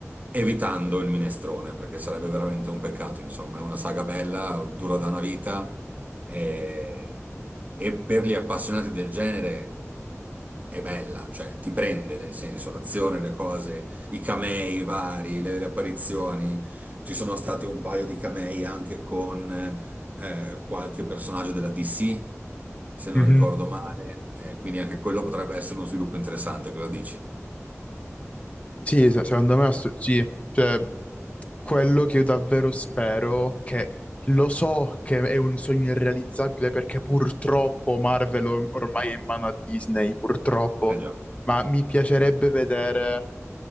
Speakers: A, on the right; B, on the left.
A: evitando il minestrone, perché sarebbe veramente un peccato, insomma, è una saga bella, dura da una vita e, e per gli appassionati del genere è bella, cioè ti prende nel senso l'azione, le cose, i camei vari, le, le apparizioni. Ci sono stati un paio di camei anche con eh, qualche personaggio della DC, se non
B: Mhm.
A: ricordo male, eh, quindi anche quello potrebbe essere uno sviluppo interessante, cosa dici?
B: Sì, se- secondo me ass- sì, cioè quello che io davvero spero, che lo so che è un sogno irrealizzabile perché purtroppo Marvel or- ormai è in mano a Disney, purtroppo,
A: Eh già.
B: ma mi piacerebbe vedere